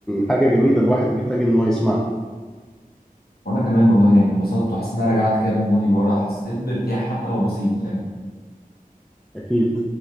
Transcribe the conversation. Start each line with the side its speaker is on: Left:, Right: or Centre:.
Centre: حاجه جميله الواحد محتاج ان هو يسمعها
Left: وانا كمان والله يعني اتبسطت وحسيت ان انا رجعت كده بالماضي لورا حسيت بارتياح حتى لو بسيط فاهم
Centre: اكيد